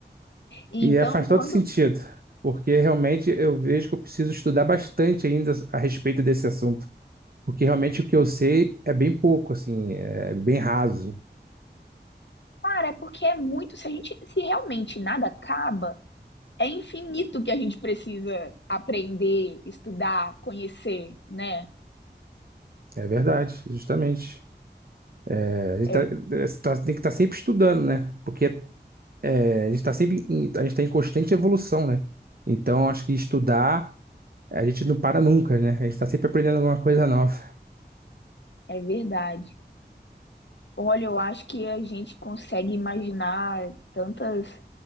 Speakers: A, on the left (about 80°); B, on the right (about 55°).
A: Então,
B: E é, faz
A: quando.
B: todo sentido, porque realmente eu vejo que eu preciso estudar bastante ainda a respeito desse assunto, porque realmente o que eu sei é bem pouco, assim, é bem raso.
A: Cara, é porque é muito. Se a gente. Se realmente nada acaba, é infinito que a gente precisa aprender, estudar, conhecer, né?
B: É verdade, justamente. É, A gente
A: É,
B: tá- é, tá- tem que estar sempre estudando, né? Porque É, a gente está sempre em, a gente tá em constante evolução, né? Então, acho que estudar, a gente não para nunca, né? A gente está sempre aprendendo alguma coisa nova.
A: é verdade. Olha, eu acho que a gente consegue imaginar tantas,